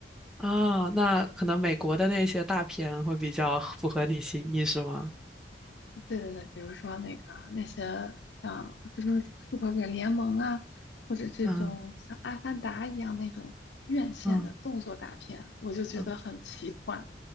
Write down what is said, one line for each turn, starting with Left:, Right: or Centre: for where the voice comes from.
Centre: 啊，那可能美国的那些大片会比较符合你心意，是吗？
Left: 对对对，比如说那个啊那些像复仇复仇者联盟啊，或者这种像阿凡达一样那种院线的动作大片，
Centre: 嗯嗯
Left: 我就觉得很奇幻。
Centre: 嗯